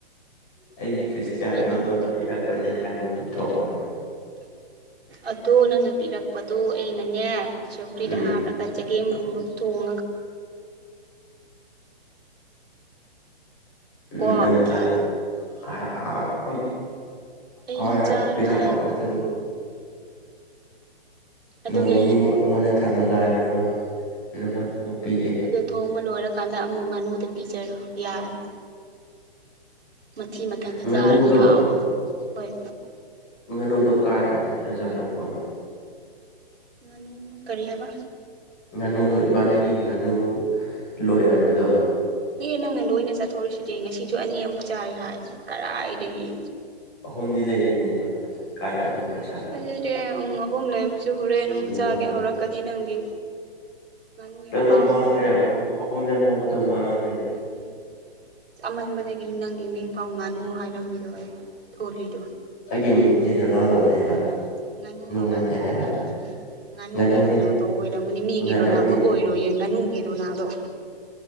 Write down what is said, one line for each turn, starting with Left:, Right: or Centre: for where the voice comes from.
Left: ꯑꯩꯒꯤ
Right: ꯅꯪꯉꯣꯟꯗ
Left: ꯈ꯭ꯔꯤꯁꯇꯤꯌꯥ
Right: ꯄꯤꯅꯤꯡꯕ
Left: ꯔꯣꯅꯥꯜꯗꯣꯅ ꯄꯤꯔꯛꯄꯅꯦ ꯍꯥꯏꯅ ꯄꯨꯊꯣꯛꯑꯣ
Right: ꯑꯗꯣ ꯅꯪꯅ ꯄꯤꯔꯛꯄꯗꯣ ꯑꯩꯅꯅꯦ ꯁꯧꯒ꯭ꯔꯤꯗ
Left: ꯎꯝ
Right: ꯍꯥꯞ ꯄꯆꯒꯦꯒꯨꯝꯕ ꯊꯣꯡꯉꯒ
Left: ꯎꯝ
Right: ꯀꯣ
Left: ꯅꯪ ꯆꯥꯅꯤꯡ
Right: ꯍꯥꯏꯕ
Left: <unintelligible>
Right: ꯑꯩꯗꯤ
Left: ꯍꯣꯏꯍꫭꯏ
Right: ꯆꯥꯔꯣꯏ
Left: ꯄꯤꯔꯛꯑꯣ ꯑꯗꯨ
Right: ꯑꯗꯨꯒ
Left: ꯅꯣꯡ ꯅꯤꯅꯤ ꯃꯨꯛ ꯅꯉꯣꯟꯗ ꯊꯝꯃꯒ ꯅꯪꯉꯣꯟ ꯅꯪꯉꯣꯟꯗ ꯑꯃꯨꯛ ꯄꯤꯒꯦ
Right: ꯑꯗꯣ ꯊꯣꯡꯕ ꯂꯣꯏꯔꯀꯥꯟꯗ ꯑꯃꯨꯛ ꯉꯥꯅꯨꯗ ꯄꯤꯖꯔꯣ ꯌꯥꯔꯦ ꯃꯊꯤ ꯃꯊꯟꯗꯣ
Left: ꯉꯥꯅꯨꯗꯣ
Right: ꯆꯥꯔꯅꯤ ꯍꯥꯎꯗꯅ ꯍꯣꯏ
Left: ꯉꯥꯅꯨꯗꯣ ꯀꯥꯏ ꯄꯥꯏꯊꯣꯛꯈ꯭ꯔꯥꯖꯥꯠꯂꯣꯀꯣ
Right: ꯉꯥꯅꯨ ꯀꯔꯤ ꯍꯥꯏꯕ
Left: ꯉꯥꯅꯨꯗꯣ ꯏꯕꯥꯅꯤꯒꯤ ꯉꯥꯅꯨ ꯂꯣꯏꯔꯝꯕꯗꯣ
Right: ꯑꯦ ꯅꯪꯅ ꯂꯣꯏꯅ ꯆꯠꯊꯣꯔꯤꯁꯤꯗꯤ ꯉꯁꯤꯁꯨ ꯑꯅꯤ ꯑꯃꯨꯛ ꯆꯥꯏꯔꯤ ꯍꯥꯏ ꯀꯗꯥꯥꯏꯗꯒꯤ
Left: ꯑꯍꯨꯝꯗꯤ ꯂꯩꯕꯅꯦꯕ ꯀꯥꯏ ꯐꯥꯏꯊꯣꯛꯈ꯭ꯔꯦ ꯁꯥꯔ
Right: ꯐꯖꯗꯦ ꯄꯨꯡ ꯑꯍꯨꯝ ꯂꯩꯕꯁꯨ ꯍꯣꯔꯦꯟ
Left: ꯊꯤꯕ
Right: ꯑꯃꯨꯛ ꯆꯥꯒꯦ
Left: ꯐꯪꯗ꯭ꯔꯦ
Right: ꯍꯧꯔꯛꯀꯅꯤ ꯅꯪꯒꯤ ꯉꯥꯅꯨ ꯌꯥꯝ
Left: ꯂꯣꯏꯅꯃꯛ
Right: ꯄꯥꯝꯕꯗꯣ
Left: ꯃꯥꯡꯈ꯭ꯔꯦ ꯑꯍꯨꯝ ꯑꯍꯨꯝ ꯂꯦꯝ ꯍꯧꯕꯗꯣ ꯃꯥꯡꯈ꯭ꯔꯦ
Right: ꯉꯥꯅꯨ ꯆꯃꯟꯕꯗꯒꯤ ꯅꯪꯒꯤ ꯃꯤꯐꯥꯎ ꯉꯥꯅꯨ ꯍꯥꯏꯔꯝꯃꯤꯗꯣ ꯊꯣꯜꯂꯤꯗꯣ
Left: ꯑꯩꯒꯤ ꯃꯤꯡꯗꯤ ꯔꯣꯅꯥꯜꯗꯣꯅꯦꯕ
Right: ꯉꯥꯅꯨ ꯔꯣꯅꯥꯜꯗꯣ
Left: ꯅꯠꯇꯦ ꯍꯥꯏꯕ
Right: ꯑꯣꯏꯔꯝꯒꯅꯤ ꯉꯥꯅꯨꯒꯤ
Left: ꯉꯥꯅꯨꯗꯤ
Right: ꯔꯣꯅꯥꯜꯗꯣ ꯑꯣꯏꯔꯝꯒꯅꯤ ꯃꯤꯒꯤ
Left: ꯉꯥꯅꯨꯗꯤ
Right: ꯔꯣꯅꯥꯜꯗꯣ ꯑꯣꯏꯔꯣꯌ‌ꯦ ꯉꯥꯅꯨꯒꯤꯔꯣ ꯔꫭꯅꯥꯜꯗꯣ